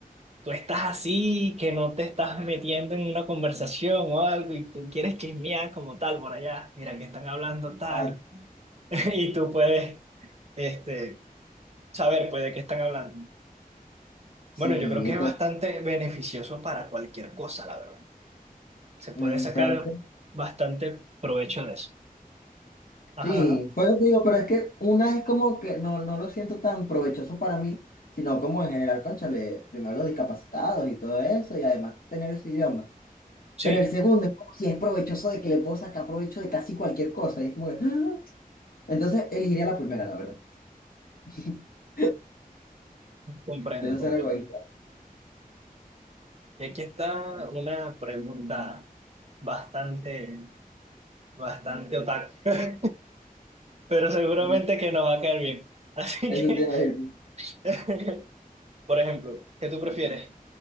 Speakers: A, on the right; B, on the left.
A: tú estás así, que no te estás metiendo en una conversación o algo y tú quieres chismear como tal por allá. Mira, que están hablando tal.
B: Ah,
A: <laughs> Y tú puedes, este saber pues de qué están hablando.
B: Sí,
A: Bueno, yo creo que es bastante beneficioso para cualquier cosa, la verdad. Se puede
B: entonces
A: sacar bastante provecho de eso. Ajá,
B: Sí,
A: ajá.
B: pues digo, pero es que una es como que no, no lo siento tan provechoso para mí, sino como en general, cónchale, primero los discapacitados y todo eso, y además tener ese idioma. Pero
A: Sí,
B: el segundo es como si es provechoso de que le puedo sacar provecho de casi cualquier cosa, y es como que, ¡ah! Entonces elegiría la primera, la verdad. <laughs>
A: comprendo,
B: Entonces
A: comprendo.
B: ser egoísta.
A: Y aquí está una pregunta bastante, bastante otaku, <laughs> pero seguramente
B: Ujú.
A: que nos va a caer bien. Así
B: Eso
A: que,
B: te iba a decir.
A: <laughs> por ejemplo, ¿qué tú prefieres?